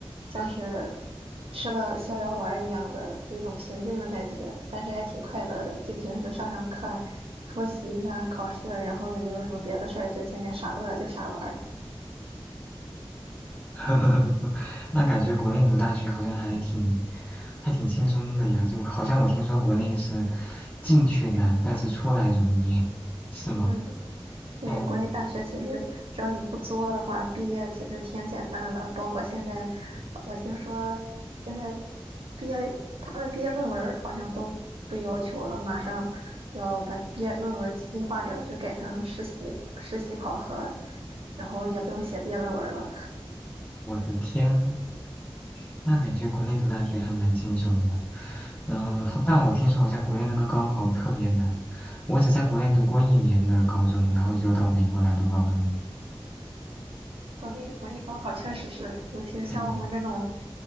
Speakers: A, on the right (about 75°); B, on the left (about 15°).
A: 像是吃了逍遥丸儿一样的那种平静的感觉，但是还挺快乐的。就平时上上课、复习一下考试，然后也没有什么别的事儿，就天天傻乐，就傻玩儿。
B: <laughs> 呵呵呵那感觉国内读大学好像还挺还挺轻松的呀，就好像我听说国内是进去难，但是出来容易，是吗？
A: 嗯。对，
B: 嗯，
A: 国内大学其实只要你不作的话，毕业其实挺简单的。包括现在，
B: 嗯
A: 我听说现在毕业，他们毕业论文儿好像都不要求了，马上要把毕业论文儿进化掉，就改成实习实习考核，然后也不用写毕业论文儿了。
B: 我的天，那感觉国内读大学还蛮轻松的。然后，但我听说好像国内那个高考特别难，我只在国内读过一年的高中，然后就到美国来读高中了
A: 国内国内高考确实是，尤其是像我们这种，
B: 嗯，